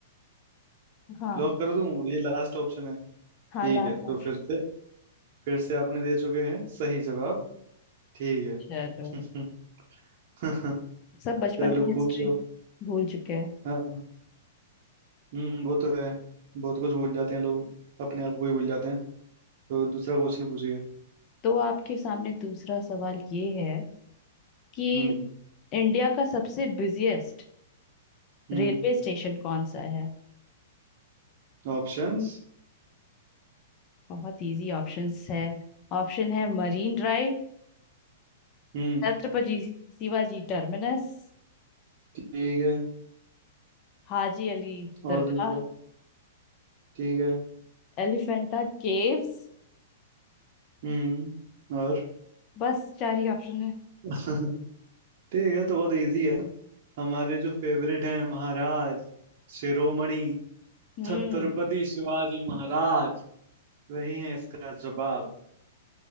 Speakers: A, on the left; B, on the right.
A: हाँ
B: लॉक कर दूं ये लास्ट ऑप्शन है
A: हाँ
B: ठीक
A: लास्ट
B: है
A: ऑप्शन
B: तो फिर से फिर से आपने दे चुके हैं सही जवाब ठीक
A: चलो
B: है <laughs>
A: सब बचपन
B: चलो
A: का हिस्ट्री
B: पूछो
A: भूल चुके हैं
B: हाँ हम्म वो तो है बहुत कुछ भूल जाते हैं लोग अपने आप को ही भूल जाते हैं तो दूसरा क्वेश्चन पूछिए
A: तो आपके सामने दूसरा सवाल ये है कि
B: हम्म
A: इंडिया का सबसे बिजिएस्ट
B: हम्म
A: रेलवे स्टेशन कौन सा है
B: ऑप्शंस
A: बहुत इजी ऑप्शंस है ऑप्शन है Marine Drive
B: हम्म
A: Chhatrapati Shivaji Terminus
B: ठीक है
A: Haji Ali
B: और
A: Dargah
B: दूसरा ठीक है
A: Elephanta Caves
B: हम्म और
A: बस चार ही ऑप्शन है
B: <laughs> ठीक है तो बहुत इजी है हमारे जो फेवरेट हैं महाराज शिरोमणि
A: हम्म
B: छत्रपति शिवाजी महाराज वही है इसका जवाब